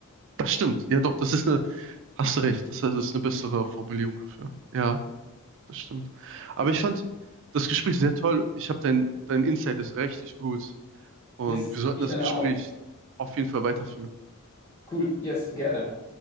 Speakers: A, on the right; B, on the left.
A: Das stimmt. Ja, doch, das ist eine, hast du recht, das das ist eine bessere Formulierung dafür. Ja, das stimmt. Aber ich fand das Gespräch sehr toll. Ich habe dein, dein Insight ist richtig gut. Und
B: Yes,
A: wir sollten
B: ich
A: das
B: dann
A: Gespräch
B: auch.
A: auf jeden Fall weiterführen.
B: Cool, yes, gerne.